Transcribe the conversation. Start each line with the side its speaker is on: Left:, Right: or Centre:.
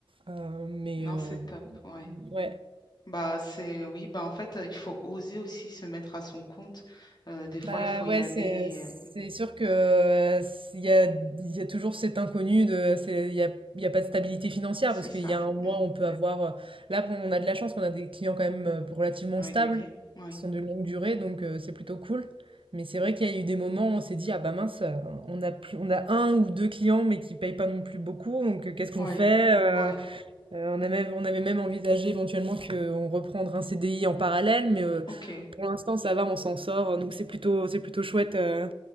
Right: Heu, mais
Left: Non,
Right: heu,
Left: c'est top. Oui.
Right: ouais.
Left: Bah, c'est, oui, bah, en fait, euh, il faut oser aussi se mettre à son compte. Euh, des fois,
Right: Bah
Left: il faut
Right: ouais,
Left: y aller.
Right: c'est c'est sûr que euh, il y a, il y a toujours cet inconnu de c'est- il y a, il y a pas de stabilité financière
Left: C'est
Right: parce
Left: ça.
Right: qu'il y a un mois
Left: Mm.
Right: on peut avoir euh, là on a de la chance qu'on a des clients quand même euh, relativement
Left: Régulier.
Right: stables
Left: Oui.
Right: qui sont de longue durée donc euh, c'est plutôt cool. Mais c'est vrai qu'il y a eu des moments où on s'est dit ah bah mince euh, on a plus on a un ou deux clients mais qui payent pas non plus beaucoup donc euh, qu'est-ce qu'on
Left: Oui.
Right: fait? euh?
Left: Oui.
Right: Euh, on a même, on avait même envisagé éventuellement qu'on reprendre un CDI en parallèle, mais euh,
Left: OK.
Right: pour l'instant ça va, on s'en sort, donc c'est plutôt, c'est plutôt chouette. euh.